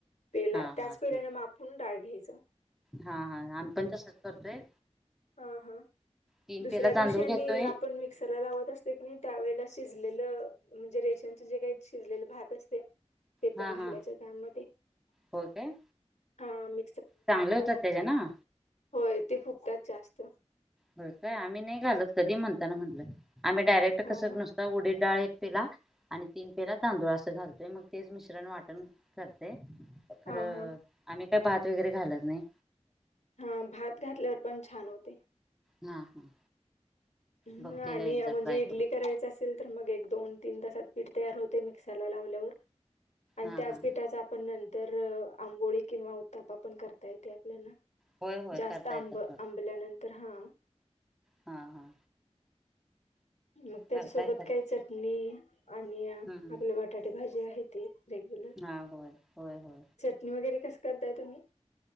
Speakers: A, on the left; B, in the centre.
A: पेला
B: हा
A: त्याच
B: हा
A: पेल्याने
B: ते
A: मापून डाळ घ्यायच.
B: हा हा आम्ही पण तसच करतोय.
A: हा हा.
B: तीन
A: दुसऱ्या
B: पेला तांदूळ
A: दिवशी आणि
B: घेतोय
A: आपण मिक्सरला लावत असतोय कनी त्यावेळी शिजलेलं म्हणजे रेशन जे काही शिजलेल भात असतय ते
B: हा
A: पण घालायच
B: हा
A: त्यामध्ये
B: हो काय
A: हा म
B: चांगले होतात त्याज्यान
A: होय ते फुगतात जास्त
B: बर काय आम्ही नाही घालत कधी म्हणताना म्हटलं आम्ही डायरेक्ट
A: हा
B: कसं नुसत उडीत डाळ पेला आणि तीन पेला तांदूळ अस घालतोय मग तेच मिश्रण वाटण करतय. खरं
A: हां, हां.
B: आम्ही काय भात वगैरे घालत नाही.
A: हा भात घातल्यावर पण छान होतय.
B: हा हा.
A: ह
B: बघते
A: आणि
B: का एकदा
A: म्हणजे
B: ट्राय करून
A: इडली करायच असेल तर मग एक, दोन तीन तासात पीठ तयार होतय मिक्सरला लावल्यावर आणि
B: हा
A: त्याच
B: हा
A: पीठाच आपण तर आंबोळी किंवा उतापा पण करता येते आपल्याला
B: होय होय
A: जास्त
B: करता
A: आंब
B: येतात
A: आंबल्यानंतर हा
B: हा हा.
A: मग त्याच्यासोबत
B: करता येतात
A: काय चटणी आणि आपले
B: हम्म
A: बटाटे भाजी आहे ती रेग्युलर.
B: हा होय होय होय
A: चटणी वगैरे कस करताय तुम्ही?